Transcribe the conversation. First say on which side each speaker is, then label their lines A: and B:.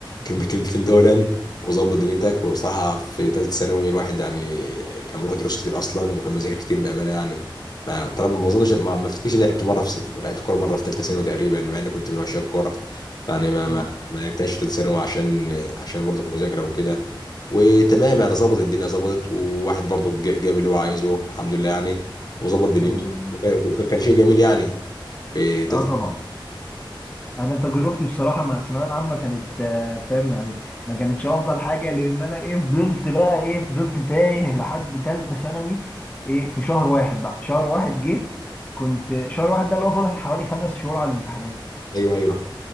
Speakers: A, on the left; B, on the left.
A: كلمه كلمتين دولا وظبط دنيتك وصراحه في ثالثه ثانوي الواحد يعني كان بيروح دروس كتير اصلا وكان بيذاكر كتير بامانه يعني ما ترى ما اظنش ما, ما افتكرش إني لعبت مره في س- لعبت كوره مره في ثالثه ثانوي تقريبا مع اني كنت من عشاق الكوره فانا ما
B: مم.
A: ما, ما لعبتهاش في ثالثه ثانوي عشان عشان برضه المذاكره وكده وتمام يعني ظبطت الدنيا ظبطت وواحد برضه ج- جاب اللي هو عايزه الحمد لله يعني وظبط دنيته
B: الحمد لله
A: وكان وكان- كان شيء جميل يعني في ثالثه
B: اه طبعا
A: ثانوي
B: انا تجربتي بصراحة مع الثانوية العامة كانت آه، فاهم يعني ما كانتش افضل حاجة لان انا ايه فضلت بقى ايه فضلت تايه لحد تالتة ثانوي ايه في شهر واحد بقى في شهر واحد جه كنت شهر واحد ده اللي هو فاضل حوالي خمس شهور على الامتحانات
A: ايوه ايوه